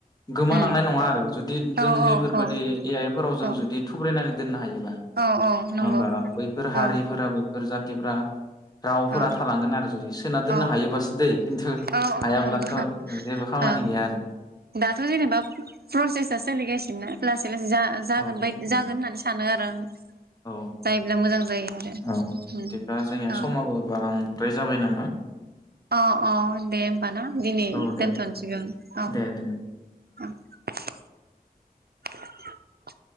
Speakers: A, on the left; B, on the right.
A: गोमालांनाय
B: उम
A: नङा आरो जुदि जों
B: औ
A: नैफोरबायाददि
B: औ
A: ए आइफोराव जों
B: औ
A: जुदि थुब्रायनानै दोननो हायो। नङा
B: औ औ नंगौ
A: होमबा बैफोर हारिफोराबो
B: औ
A: इसोर जाथिफोरा रावफोरा
B: औ
A: थालांगोन आरो जुदि सोना दोननो
B: औ
A: हायोबासो दै खिन्थु
B: औ
A: हायाब्लाथ'
B: औ नंगौ
A: जेबो खामानि
B: ओ
A: गैया आरो
B: दाथ' जेनेबा प्रसेसा सोलिगासिनोना प्लास जा जागोनबायदि
A: औ
B: जागोन
A: औ
B: होननानै सानो आर <unintelligible>
A: औ
B: जायोब्ला मोजां जायो
A: औ
B: ओम
A: बिदिब्ला जोंनिया
B: अ
A: समाबो <unintelligible> जाबाय नामा
B: अ अ दे होमबा ना दिनै
A: औ
B: दोनथ'नोसै
A: दे
B: बेयावने
A: दे दे
B: औ <unintelligible> <unintelligible>